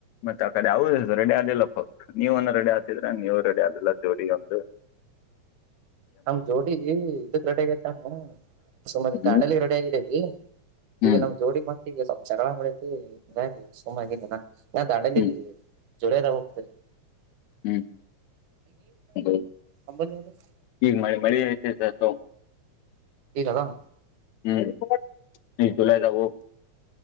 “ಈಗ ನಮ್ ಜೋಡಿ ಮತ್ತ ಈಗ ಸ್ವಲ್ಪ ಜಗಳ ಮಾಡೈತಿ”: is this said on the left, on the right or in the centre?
Right